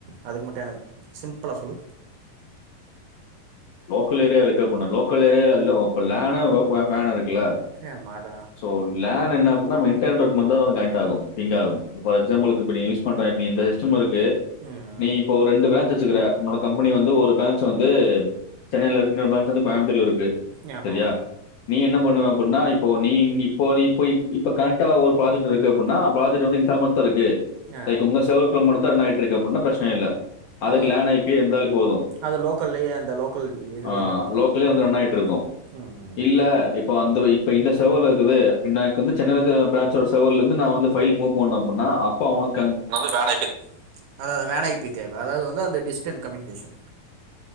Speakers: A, on the right (about 75°); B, on the left (about 80°).
A: அதுக்கு மட்டு எனக்கு சிம்பிளா சொல்லு
B: லோக்கல் ஏரியா இருக்க பொண்ணு லோக்கல் ஏரியா இல்ல இப்ப லேனு வெ வேனு இருக் கில்ல
A: ஆமா அதா
B: சோ லேன் ன்ன என்ன அப்டினா நம்ம எண்டு டேர்ம் டாக்குமெண்ட்தா அதோட கணக்ட் ஆகு பிங்காகு ஃபார் எக்ஸாம்பில்க்கு இப்ப நீ யூஸ் பண்றன் இப்ப இந்த ஸ்டம்ருக் கு
A: ம்
B: நீ இப்போ ரெண்டு பிரான்ச் வெச்சுக்கிற உன்னோட கம்பெனி வந்து ஒரு பிரான்ச் சு வந்து சென்னையில இருக்குன்ற பிரான்ச் வந்து கோயம்புத்தூர்ல இருக்கு
A: ம் ஆமா
B: சரியா
A: ஆமா
B: நீ எது நா அப்டின்னா இப்போ நீ இப்போ இப் இப்ப கனக்டா ஒரு ப்ராஜெக்ட் இருக்கு அப்டினா ப்ராஜெக்ட் வந்து இன்தாமத்தா இருக்கு
A: ஆ
B: லைக் உங்க சர்வர்குள்ள மட்டுந்தான் ரன் ஆயிட்டு இருக்கு அப்டினா பிரச்சன இல்ல அதுக்கு
A: அது வந்
B: லேன் ஐ பி இருந்தாலே போது
A: அது லோக்கல்லேயே அந்த லோக்கல் இதுலயே
B: ஆஹ்
A: இருந்தா போது
B: லோக்கல்லயே
A: ம்
B: வந்து ரண்ணாயிட்டு இருக்கு
A: ம் ம்
B: இல்ல இப்ப அந்த இப்ப இந்த சர்வர்ல இருக்குது எனக்கு வந்து சென்னைல இருக்கிற பிரான்சோட சர்வர்ல இருந்து நா வந்து பைல் மூவ் பண்ணனு அப்டினா அப்பா உனக்கு
A: அதது வேன் ஐ பி அதாதா வேன் ஐ பி தேவ அதாவது வந்து டிஸ்டண் கம்யூனிகேஷன்